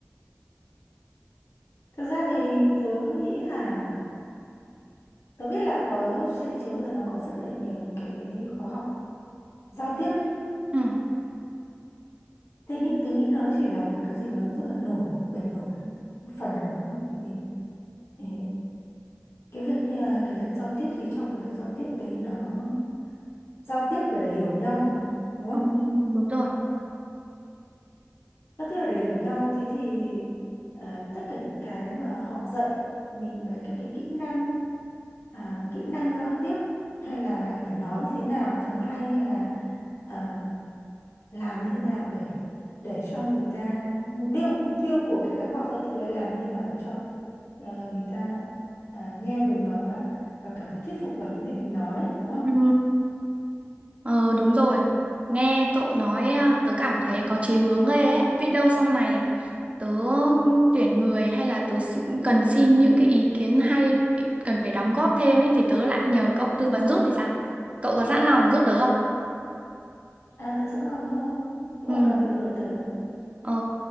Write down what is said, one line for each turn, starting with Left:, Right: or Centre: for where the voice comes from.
Left: thực ra thì tớ nghĩ là tớ biết là có trên thị trường bây giờ nó có rất là nhiều những cái khóa học giao tiếp ấy
Right: Ừ.
Left: thế nhưng tớ nghĩ nó chỉ là một cái gì đó rất là nổi bề nổi thôi. một phần nào đó thôi. bởi vì ừ, cái việc như là cái việc giao tiếp thì trong cái việc giao tiếp đấy nó giao tiếp là để hiểu nhau mà đúng
Right: Ờ,
Left: không
Right: đúng rồi.
Left: giao tiếp là để hiểu nhau thế thì à, tất cả những cái mà họ dạy mình về các cái kỹ năng à, kỹ năng giao tiếp hay là phải nói như thế nào cho nó hay hay là à, làm như thế nào để để cho người ta mục tiêu mục tiêu của các cái khóa học giao tiếp là làm như thế nào để cho à, người ta à, nghe mình nói và và cảm thấy thuyết phục bởi những gì mình nói đúng không
Right: Ừ. Ờ, đúng rồi. Nghe cậu nói à, tớ cảm thấy có chí hướng ghê ấy. Biết đâu sau này tớ tuyển người hay là tớ xi- cần xin những cái ý kiến hay cần phải đóng góp thêm ấy thì tớ lại nhờ cậu tư vấn giúp thì sao? Cậu có sẵn lòng giúp tớ không?
Left: à tớ sẵn lòng thôi lúc
Right: Ừ.
Left: nào cần thì cứ ới tớ
Right: Ờ,